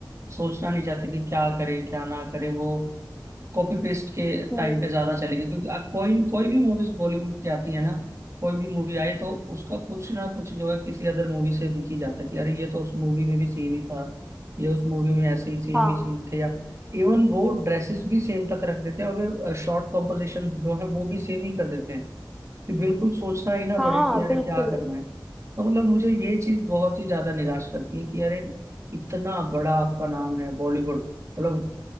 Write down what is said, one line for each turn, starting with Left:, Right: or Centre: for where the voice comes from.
Right: सोचना नहीं चाहते कि क्या करें क्या ना करें वो कॉपी पेस्ट के
Centre: हम्म
Right: टाइम पे ज्यादा चलेगी क्योंकि आप कोई कोई भी मूवीज बॉलीवुड की आती है ना कोई भी मूवी आई तो उसका कुछ ना कुछ जो है किसी अदर मूवी से दिखी जाता है कि अरे ये तो उस मूवी में भी सेम ही था ये उस मूवी में ऐसे ही सेम
Centre: हाँ
Right: ही सीन थे या इवन वो ड्रेसेस भी सेम तक रख देते हैं अगर शॉर्ट कॉम्पोजिशन जो है वो भी सेम ही कर देते हैं कि बिल्कुल सोचना ही ना
Centre: हाँ
Right: पड़े कि अरे
Centre: बिल्कुल
Right: क्या करना है तो मतलब मुझे ये चीज बहुत ही ज्यादा निराश करती है कि अरे इतना बड़ा आपका नाम है बॉलीवुड मतलब